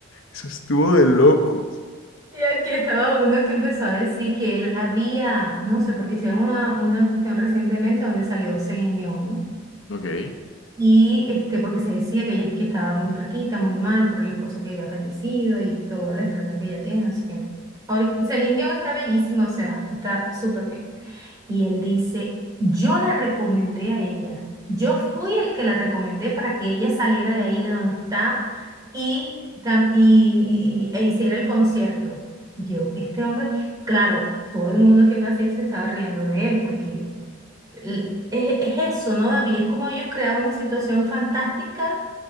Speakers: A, on the left; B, on the right.
A: eso estuvo de locos.
B: Y aquí estaba uno que empezó a decir que él había, no sé, porque hicieron una, una cuestión recientemente donde salió Celine Dion, ¿no?
A: Ok.
B: Y este, porque se decía que ella es que estaba muy flaquita, muy mal por el esposo que había fallecido y toda la enfermedad que ella tiene, no sé qué más. Ahorita, Celine Dion está bellísima, o sea, está súper bien. Y él dice, yo la recomendé a ella. Yo fui el que la recomendé para que ella saliera de ahí de donde está y, tam- y, y- e hiciera el concierto. Y yo, este hombre, claro, todo el mundo aquí en Brasil se estaba riendo de él porque l- Es, es eso, ¿no, David? Es como ellos crean una situación fantástica